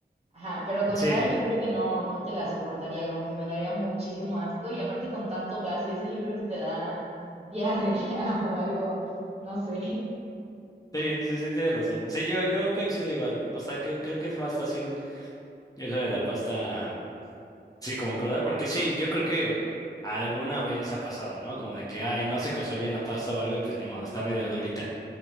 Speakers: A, on the right; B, on the left.
A: Ajá, pero con
B: sí,
A: sal yo creo que no, no te la soportaría, como que me daría muchísimo asco y aparte con tanto gas y eso yo creo que te da diarrea <laughs> o algo, no sé,
B: sí, sí, sí, tienes razón. Sí, yo, yo coincido igual. O sea, que creo que es más fácil eso de la pasta Sí, como cruda, porque sí, yo creo que alguna vez ha pasado, ¿no? Como de que, ay, no se coció bien la pasta o algo y pues ni modo, está medio durita.